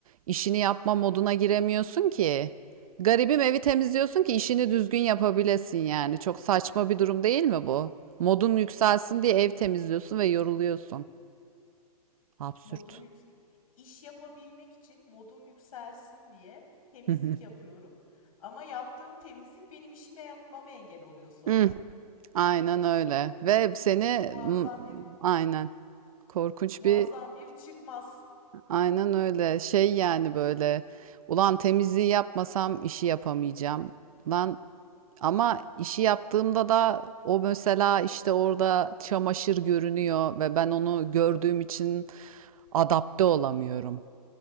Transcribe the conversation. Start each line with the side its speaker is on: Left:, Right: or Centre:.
Right: İşini yapma moduna giremiyorsun ki. Garibim evi temizliyorsun ki işini düzgün yapabilesin yani. Çok saçma bir durum değil mi bu? Modun yükselsin diye ev temizliyorsun ve yoruluyorsun. Absürt.
Left: Modum yüksek. İş yapabilmek için modum yükselsin diye temizlik
Right: <laughs>
Left: yapıyorum. Ama yaptığım temizlik benim işime yapmama engel oluyor sonra.
Right: Hmm, aynen öyle. Ve seni
Left: Hı, Muazzam
Right: m,
Left: bir
Right: aynen korkunç
Left: muazzam
Right: bir
Left: bir çıkmaz.
Right: Aynen öyle. Şey yani böyle. Ulan temizliği yapmasam işi yapamayacağım. Lan ama işi yaptığımda da o mesela işte orada çamaşır görünüyor ve ben onu gördüğüm için adapte olamıyorum.